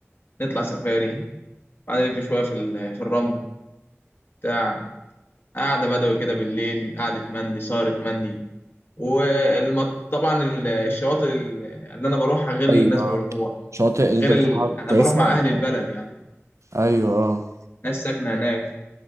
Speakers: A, on the left (about 50°); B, on the right (about 85°).
A: نطلع سفاري بعدين نلف شويه في ال- في الرمل بتاع قعده بدوي كده بالليل قعده مندي سهره مندي وطبعا الشواطئ ال- اللي انا بروحها غير اللي
B: أيوه
A: الناس بيروحوها
B: شاطئ اللي أنت
A: غير
B: بتروحها
A: ال... انا
B: كويسة
A: بروح مع
B: ولا
A: اهل البلد
B: لأ؟
A: يعني
B: أيوه أه
A: ناس ساكنه هناك